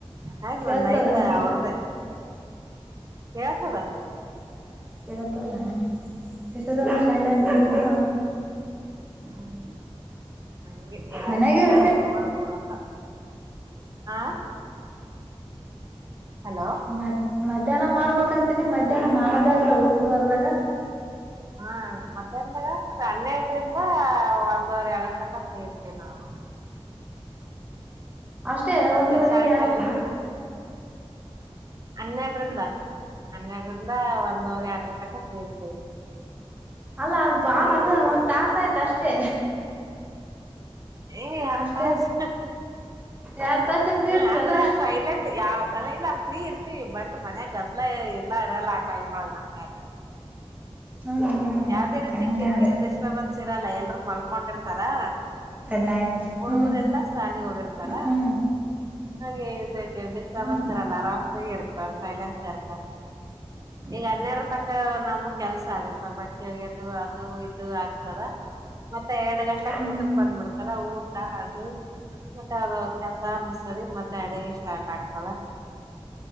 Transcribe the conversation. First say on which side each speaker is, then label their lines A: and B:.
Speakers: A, on the right; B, on the right.
A: ಹಾಗಾಗಿ
B: ಕೇಳ್ಸ್ತವೇನ
A: ಒಂದ ನೈಟ್ ಅವ್ರ್ದ ಹೇಳ್ತದಲ್ಲ
B: ಏನೋ ಅಂತಾರಲ್ಲ ಇಷ್ಟೊತ್ತನ ಸೈಲೆಂಟ್ ಇದ್ರು
A: <unintelligible> ಹಂಗೆ ಹೇಳಕ್
B: ಮನ್ಯಾಗೆ
A: ಆಗಲ್ಲ
B: ಇರ್ತಿ
A: ಅವ್ರ ಯಾವಾಗ ಬ ಹಾ ಹಲೋ
B: ಮ ಮಧ್ಯಾಹ್ನ ಮಾಡ್ಬೇಕಂತನಿ ಮಧ್ಯಾಹ್ನ ಮಾಡದೇ ಆಗಲ್ಲ ಹುಡ್ಗುರು ಅದ್ರಾಗ.
A: ಹಾ ಮಧ್ಯಾನದಾಗ ಹನ್ನೆರಡರಿಂದ ಒಂದವರ್ ಎರಡರ ತಕ ಫ್ರೀ ಇರ್ತೀವಿ ನಾವು.
B: ಅಷ್ಟೇ
A: ಮತ್ತೆ
B: ಒಂದುವರೆಯಿಂದ
A: ಸಾಯಂಕಾಲ
B: ಎರಡಕ್ಕ
A: ಹನ್ನೆರಡರಿಂದ. ಹನ್ನೆರಡರಿಂದ ಒಂದವರೆ ಎರಡ ತಕ್ಕ ಕುರ್ತಿವಿ.
B: ಅಲ್ಲ ಅದು ಬಾಳನ ಒಂದ್ ತಾಸ ಆಯ್ತು ಅಷ್ಟೇ.
A: ಏ ಎರಡ್ತಸು
B: ಅಷ್ಟೇ ಎರಡ್ ತಾಸ ಫ್ರೀ
A: ಹ್ಮ
B: ಇರ್ತರನ
A: ಅಂದ್ರ ಸೈಲೆಂಟ್ ಯಾವ ನನಗೆ ಇಲ್ಲ. ಫೀ ಇರ್ತಿ ಬಟ್ ಮನ್ಯಾಗ ಗದ್ದಲ. ಎಲ್ಲ <inaudible> ನಮಗೆ
B: ಹ್ಮ್ ಹ್ಮ್
A: ಯಾವ್ದೇ ರೀತಿ
B: ಕಂಗಂದೆ
A: ಕಿರಿಕಿರಿ ಡಿಸ್ಟಬೆನ್ಸ್ ಇರಲ್ಲ ಎಲ್ರು ಮಲ್ಕೊಂಡಿರ್ತ ತಾರಾ
B: ಕಣ್ಣಾಯಿ ಬರ್ಸ್
A: ಹುಡುಗುರೆಲ್ಲ
B: ಹ್ಮ್
A: ಸಾಲಿಗೆ ಹೋಗಿರ್ತಾರ
B: ಹ್ಮ್
A: ಹಾಗೆ ಶ
B: ಹ್ಮ್
A: ಒಂದಸರಲ್ಲ ಆರಾಮ್ಸಾಗಿ ಇರ್ತ ಕೆಲ್ಸಯಲ ಸೇರ್ತ ಈಗ ಹನ್ನೆರಡು ತ ಅವ ನಮ್ಗ್ ಕೆಲ್ಸ ಆಗತ್ತ ಬಟ್. ಹೇಗದು ಅದು ಇದು ಆಗ್ತದ ಎರಡ ಗಂಟೆಗೆ
B: ಹ್ಮ್
A: ಊಟಕ್ಕೆ ಬಂದುಬಿಡು. ತರ ಊಟ ಅದು ಮತ್ತೆ ಅವ್ರ ಕೆಸ ಮುಸರಿ ಮತ್ತೆ ಅಡಗೆ ಸ್ಟಾರ್ಟ್ ಆಗ್ತದ